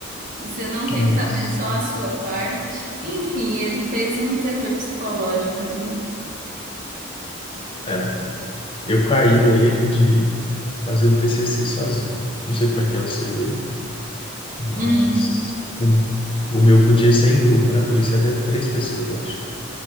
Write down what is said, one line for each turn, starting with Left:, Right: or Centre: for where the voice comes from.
Right: E você não tem
Left: nossa.
Right: que saber só a sua parte. Enfim, ele fez um terror psicológico ali.
Left: É. Eu caí no erro de fazer o TCC sozinho. Eu não sei como é que é o seu aí, mas
Right: Uhum.
Left: o o meu podia ser em grupo, né? Podia ser até três pessoas, eu acho.